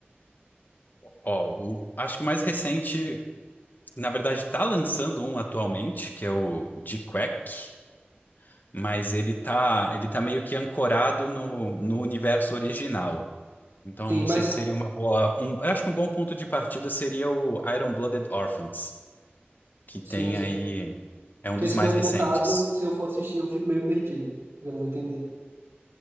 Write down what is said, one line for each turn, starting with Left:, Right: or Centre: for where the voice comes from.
Left: Ó, o- acho que o mais recente, na verdade, tá lançando um atualmente, que é o G-Quack, mas ele tá, ele tá meio que ancorado no, no universo original. Então,
Right: Sim,
Left: não
Right: mas.
Left: sei se seria uma boa. Um, eu acho que um bom ponto de partida seria o Iron-Blooded Orphans, que tem
Right: Sim, sim.
Left: aí. É
Right: Porque
Left: um dos
Right: esse
Left: mais
Right: novo,
Left: recentes.
Right: no caso, se eu for assistir, eu fico meio perdido. Porque eu não vou entender.